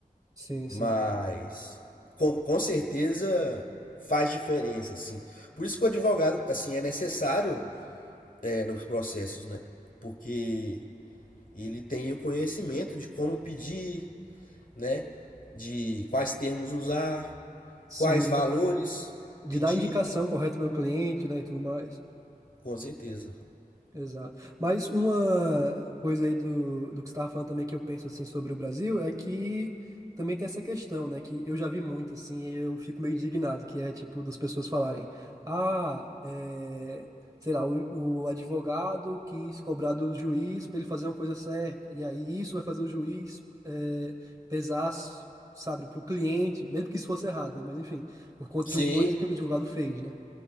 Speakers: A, on the right; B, on the left.
A: sim, sim.
B: Mas com, com certeza faz diferença, assim. Por isso que o advogado, assim, é necessário é, nos processos, né? Porque ele tem o conhecimento de como pedir, né? De quais termos usar,
A: Sim,
B: quais
A: de
B: valores
A: dar, de
B: pedir,
A: dar indicação correta para o cliente, né, e tudo mais.
B: com certeza.
A: Exato. Mas uma coisa aí do, do que você estava falando também que eu penso assim sobre o Brasil é que também tem essa questão, né? Que eu já vi muito assim e eu fico meio indignado, que é tipo das pessoas falarem, ah, é, sei lá, o, o advogado quis cobrar do juiz para ele fazer uma coisa certa, e aí isso vai fazer o juiz é, pesar, sabe, para o cliente, mesmo que isso fosse errado, né? Mas enfim, por conta
B: Sim.
A: de uma coisa que o advogado fez, né?